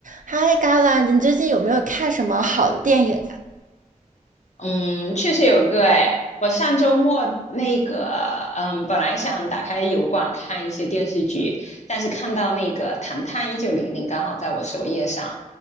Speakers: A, on the right; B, on the left.
A: 嗨，i g a l a 你最近有没有看什么好的电影啊？
B: 嗯，确实有个哎，我上周末那个，嗯，本来想打开油管看一些电视剧，但是看到那个《唐探一九零零》刚好在我首页上，